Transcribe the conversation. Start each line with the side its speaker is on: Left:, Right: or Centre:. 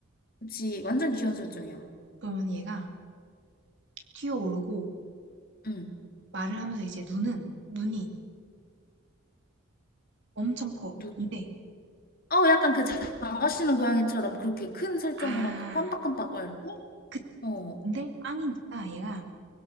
Left: 그치. 완전 귀여운 설정이야.
Right: 그러면 얘가 튀어오르고
Left: 음.
Right: 말을 하면서 이제 눈은, 눈이 엄청 커.
Left: 누,
Right: 근데
Left: 어, 약간 그 장화시는 고양이처럼 그렇게 큰 설정으로
Right: 아
Left: 아까 깜빡깜빡 이렇게?
Right: 그치,
Left: 어.
Right: 근데 빵이니까 얘가